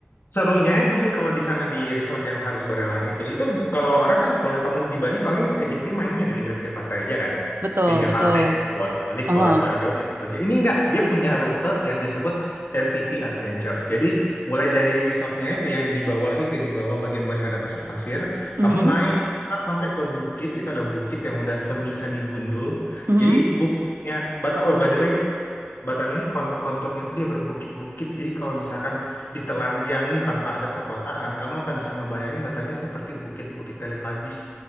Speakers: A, on the left; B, on the right.
A: Serunya gini kalau di sana di resort yang Haris Barelang itu, itu kalau orang kan kalau kamu di Bali paling ATV mainnya di pinggir-pinggir pantai aja kan,
B: Betul,
A: pinggir
B: betul.
A: pantai bolak-balik
B: Heeh,
A: bolak-balik ya udah itu aja. Ini enggak, dia punya rute yang disebut ATV Adventure. Jadi mulai dari resortnya itu yang di bawah itu di bawah bagian bawah yang ada pasir-pasir,
B: mhm,
A: kamu naik sampai ke bukit itu ada bukit yang udah semi semi gundul.
B: mhm.
A: Jadi bukitnya Batak oh by the way Batam ini kon- konturnya tuh dia berbukit-bukit. Jadi kalau misalkan ditelanjangi tanpa ada perkotaan, kamu akan bisa ngebayangin Batam ini seperti bukit-bukit Teletubbies.